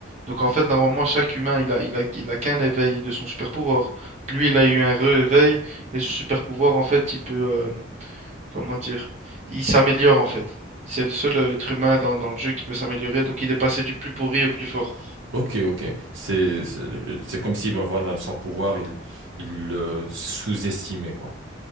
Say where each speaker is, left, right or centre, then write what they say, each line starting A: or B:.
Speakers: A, on the right; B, on the right.
A: Donc en fait, normalement, chaque humain, il a, il a, il a qu'un éveil de son super pouvoir. Lui, il a eu un re-éveil et son super pouvoir, en fait, il peut, euh, comment dire, il s'améliore en fait. C'est le seul euh, être humain dans, dans le jeu qui peut s'améliorer, donc il est passé du plus pourri au plus fort.
B: Ok, ok. C'est, c'est c'est comme si, bah voilà, sans pouvoir, il, il le sous-estimait, quoi.